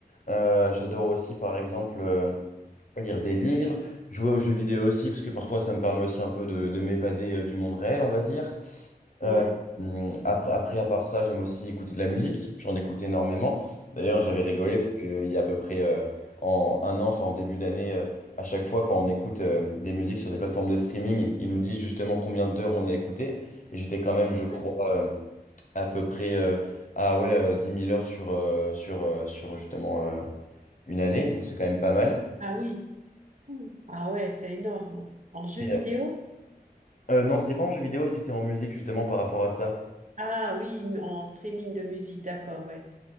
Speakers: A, on the left (about 50°); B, on the right (about 50°).
A: Euh, j'adore aussi, par exemple, euh, lire des livres, jouer aux jeux vidéo aussi, parce que parfois ça me permet aussi un peu de, de m'évader euh, du monde réel, on va dire.
B: Ouais.
A: Euh, hum, après, après, à part ça, j'aime aussi écouter de la musique. J'en écoute énormément. D'ailleurs, j'avais rigolé parce qu'il y a à peu près euh, en un an, enfin en début d'année, euh, à chaque fois quand on écoute euh, des musiques sur des plateformes de streaming, ils nous disent justement combien d'heures on a écouté. Et j'étais quand même, je crois,
B: Ouais.
A: euh, à peu près euh, à ouais, euh, 10 000 heures sur, euh, sur, euh, sur justement euh, une année, donc c'est quand même pas mal.
B: Ah oui. Mm. Ah ouais, c'est énorme. En jeu
A: Et,
B: vidéo?
A: euh, euh, non, c'était pas en jeu vidéo, c'était en musique justement par rapport à ça.
B: Ah oui, m- en streaming de musique, d'accord, ouais.